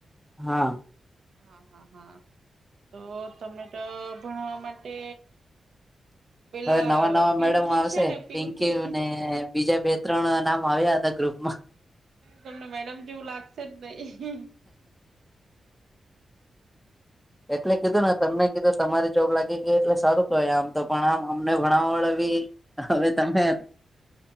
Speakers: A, in the centre; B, on the right.
A: હા
B: હા હા હા. તો તમને તો ભણાવવા માટે પેલા
A: હવે નવા-નવા
B: પિંકી
A: મેડમ આવશે.
B: છે ને પિંકી
A: પીંકી ને બીજા બે ત્રણ નામ આવ્યા હતા ગ્રુપ માં.
B: તમને મેડમ જેવું લાગશે જ નહીં.
A: એટલે કીધું ને તમને કીધું તમારી જોબ લાગી ગઈ એટલે સારું. હોય આમ તો પણ આમ અમને ભણાવાડા બી
B: હમ્મ
A: હવે તમે